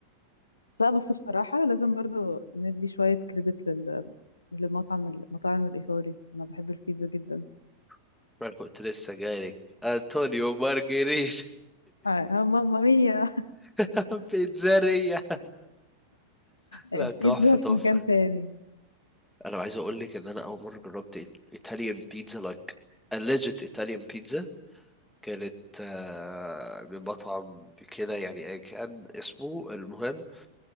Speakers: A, on the left; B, in the centre.
A: لا بس بصراحه لازم برضو ندي شويه كريدت لل للمطعم المطاعم الايطالي انا بحب البيتزا جدا
B: <laughs> انا كنت لسه جايلك انطونيو مارجريت
A: آه ماما ميا
B: <laughs> بيتزارية
A: البيتزا
B: لا تحفه
A: في
B: تحفه
A: مكان تاني
B: انا عايز اقول لك ان انا اول مره جربت ايطاليان بيتزا لايك a legit Italian pizza كانت آه، بمطعم كده يعني أيا كان اسمه المهم